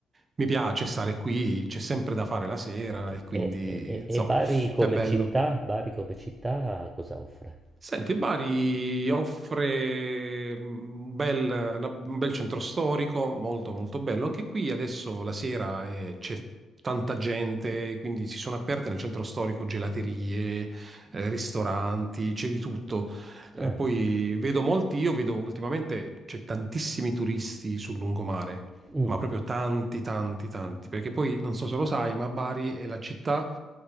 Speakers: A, on the right; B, on the right.
A: mi piace stare qui, c'è sempre da fare la sera
B: Okay.
A: e quindi,
B: E e e
A: insomma,
B: e Bari come
A: è bello.
B: città? Bari come città cosa offre?
A: Senti, Bari offre mm, un bel, una- un bel centro storico, molto molto bello. Anche qui adesso la sera eh, c'è tanta gente, quindi si sono aperte nel centro storico gelaterie, eh, ristoranti, c'è di tutto. Eh,
B: Ah,
A: poi vedo molti, io vedo ultimamente c'è tantissimi turisti sul lungomare,
B: mh.
A: ma proprio tanti, tanti, tanti, perché poi non so se lo sai, ma Bari è la città